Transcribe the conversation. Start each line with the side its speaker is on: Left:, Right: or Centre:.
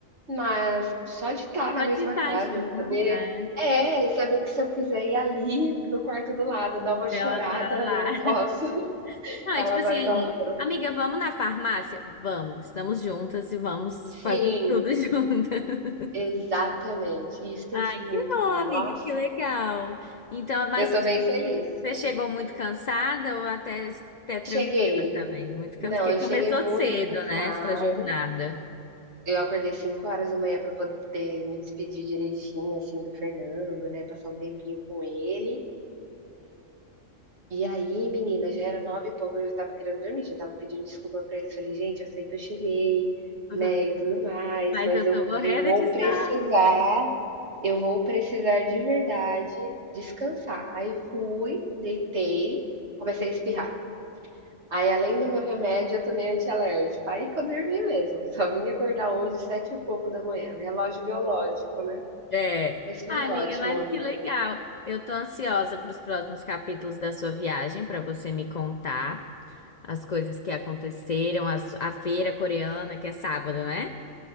Right: mas só de estar na
Left: Só
Right: mesma
Left: de estar
Right: casa,
Left: junto,
Right: saber
Left: né?
Right: é, saber que se eu quiser ir ali no quarto do lado, dar uma chorada,
Left: Ela tá lá.
Right: eu
Left: <laughs>
Right: posso, <laughs>
Left: Não,
Right: ela
Left: é tipo assim,
Right: vai estar lá pra
Left: amiga, vamos na farmácia? Vamos, estamos juntas e vamos
Right: Sim.
Left: fazer tudo <laughs> juntas.
Right: Exatamente, e isso tem
Left: Ai,
Right: sido
Left: que
Right: muito
Left: bom,
Right: bom.
Left: amiga,
Right: Nossa,
Left: que legal. Então, mas
Right: eu tô bem feliz.
Left: Você chegou muito cansada ou até, até tranquila
Right: Cheguei.
Left: também? Muito cansada,
Right: Não,
Left: porque
Right: eu cheguei
Left: começou
Right: muito
Left: cedo,
Right: cansada,
Left: né, essa jornada.
Right: eu acordei cinco horas da manhã para poder me despedir direitinho, assim, do Fernando, né, passar um tempinho com ele. E aí, menina, já era 9 e pouco, eu já estava querendo dormir, já estava pedindo desculpa pra eles, falei: "Gente, eu sei que eu cheguei,
Left: <laughs>
Right: né, e tudo mais,
Left: Mas
Right: mas
Left: eu
Right: eu
Left: tô morrendo
Right: eu vou
Left: de
Right: precisar"
Left: sono.
Right: Eu vou precisar de verdade descansar. Aí fui, deitei, comecei a espirrar. Aí, além do meu remédio, eu tomei antialérgico. Aí que eu dormi mesmo. <laughs> Só vim acordar hoje sete e pouco da manhã. Relógio biológico, né?
Left: É.
Right: Mas foi
Left: Ah, amiga,
Right: ótimo,
Left: mas
Right: amiga.
Left: que legal. Eu tô ansiosa para os próximos capítulos da sua viagem, para você me contar as coisas que aconteceram, a, su- a feira coreana, que é sábado, né?